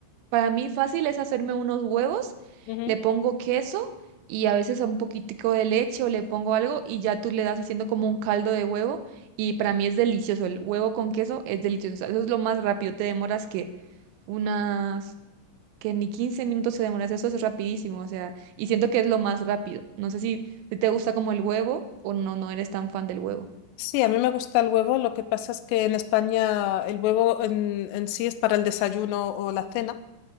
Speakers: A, on the right; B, on the left.
A: para mí fácil es hacerme unos huevos,
B: Ujú.
A: le pongo queso y a veces un poquitico de leche o le pongo algo y ya tú le das haciendo como un caldo de huevo y para mí es delicioso, el huevo con queso es delicioso, o sea, eso es lo más rápido, te demoras que unas, que ni 15 minutos te demoras, eso es rapidísimo, o sea, y siento que es lo más rápido. No sé si si te gusta como el huevo o no, no eres tan fan del huevo.
B: Sí, a mí me gusta el huevo. Lo que pasa es que en España el huevo en, en sí es para el desayuno o la cena.